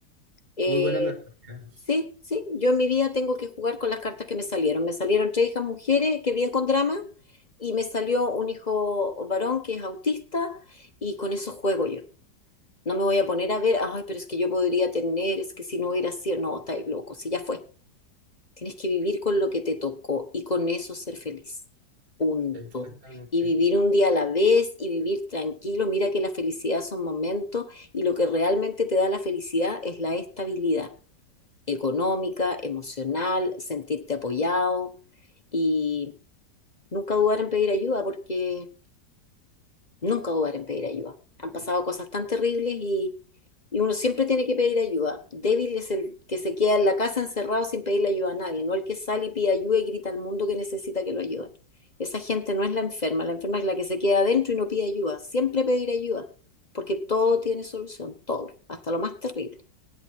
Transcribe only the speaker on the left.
Eh,
Sí, sí, yo en mi vida tengo que jugar con las cartas que me salieron. Me salieron tres hijas mujeres que viven con drama y me salió un hijo varón que es autista y con eso juego yo. No me voy a poner a ver, ay, pero es que yo podría tener, es que si no hubiera sido, no, estáis loco, si ya fue. Tienes que vivir con lo que te tocó y con eso ser feliz. Punto.
Y vivir un día a la vez y vivir tranquilo. Mira que la felicidad son momentos y lo que realmente te da la felicidad es la estabilidad económica, emocional, sentirte apoyado y nunca dudar en pedir ayuda porque nunca dudar en pedir ayuda. Han pasado cosas tan terribles y, y uno siempre tiene que pedir ayuda. Débil es el que se queda en la casa encerrado sin pedirle ayuda a nadie, no el que sale y pide ayuda y grita al mundo que necesita que lo ayuden. Esa gente no es la enferma, la enferma es la que se queda adentro y no pide ayuda. Siempre pedir ayuda, porque todo tiene solución, todo, hasta lo más terrible.